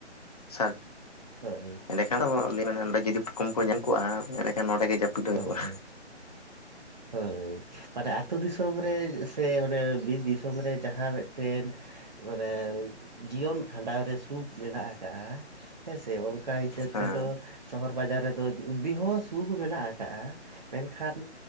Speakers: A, on the left; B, on the right.
A: ᱥᱟᱨ
B: ᱦᱳᱭ
A: ᱮᱸᱰᱮᱠᱷᱟᱱ ᱫᱚ ᱞᱟᱹᱭ ᱱᱚᱰᱮ ᱡᱩᱫᱤ ᱯᱚᱠᱚᱢ ᱠᱚ ᱧᱮᱞ ᱠᱚᱜᱼᱟ ᱮᱸᱰᱮᱠᱷᱟᱱ ᱱᱚᱸᱰᱮ ᱜᱮ ᱡᱟᱹᱯᱤᱫ ᱦᱩᱭ
B: ᱦᱳᱭ
A: ᱠᱚᱜᱼᱟ᱾
B: ᱦᱳᱭ ᱢᱟᱱᱮ ᱟᱹᱛᱩ ᱫᱤᱥᱚᱢ ᱨᱮ ᱥᱮ ᱢᱟᱱᱮ ᱵᱤᱨ ᱫᱤᱥᱚᱢ ᱨᱮ ᱡᱟᱦᱟᱸ ᱢᱤᱜᱴᱮᱱ ᱢᱟᱱᱮ ᱡᱤᱭᱚᱱ ᱠᱷᱟᱸᱰᱟᱣ ᱨᱮ ᱥᱩᱠ ᱢᱮᱱᱟᱜ ᱠᱟᱜᱼᱟ ᱦᱮᱸ ᱥᱮ ᱠᱟᱭ ᱦᱤᱥᱟᱹᱵ
A: ᱦᱮᱸ
B: ᱛᱮᱫᱚ ᱥᱚᱦᱚᱨ ᱵᱟᱡᱟᱨ ᱨᱮᱫᱚ ᱡᱩᱫᱤ ᱦᱚ ᱥᱩᱠ ᱢᱮᱱᱟᱜ ᱠᱟᱜᱼᱟ ᱢᱮᱱᱟᱠᱷᱟᱱ